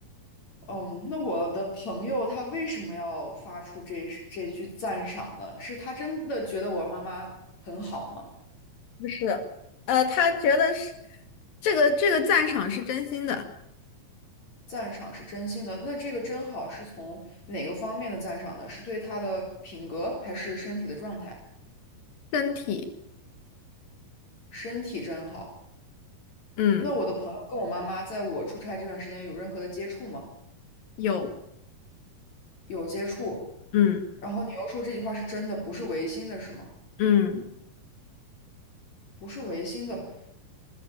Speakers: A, on the left; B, on the left.
A: 嗯，那我的朋友他为什么要发出这这句赞赏呢？是他真的觉得我妈妈很好吗？
B: 不是，呃，他觉得是这个这个赞赏是真心的，
A: 赞赏是真心的，那这个真好是从哪个方面的赞赏呢？是对他的品格，还是身体的状态？
B: 身体
A: 身体真好。
B: 嗯
A: 那我的朋友跟我妈妈在我出差这段时间有任何的接触吗？
B: 有
A: 有接触。
B: 嗯
A: 然后你又说这句话是真的，不是违心的，是吗？
B: 嗯，
A: 不是违心的，